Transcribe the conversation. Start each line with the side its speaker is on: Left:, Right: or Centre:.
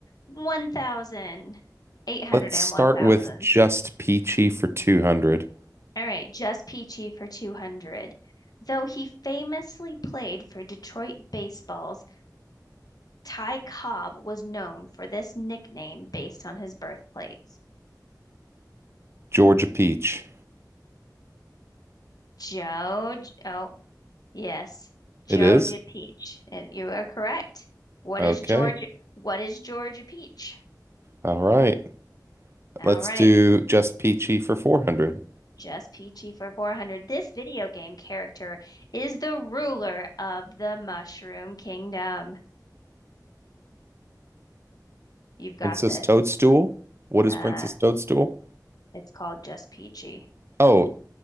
Left: one thousand, eight hundred,
Right: Let's
Left: and
Right: start
Left: one thousand.
Right: with just peachy for 200.
Left: All right. Just Peachy for 200. Though he famously played for Detroit Baseball's, Ty Cobb was known for this nickname based on his birthplace.
Right: Georgia peach.
Left: Joe, oh, yes. Georgia
Right: It is?
Left: Peach. And you are correct. What
Right: Okay.
Left: is Georgia? What is Georgia Peach?
Right: All right.
Left: All
Right: Let's
Left: right.
Right: do just peachy for 400.
Left: Just Peachy for 400. This video game character is the ruler of the Mushroom Kingdom. You've got
Right: Princess
Left: this.
Right: Toadstool. What is
Left: Uh,
Right: Princess Toadstool?
Left: it's called Just Peachy.
Right: Oh,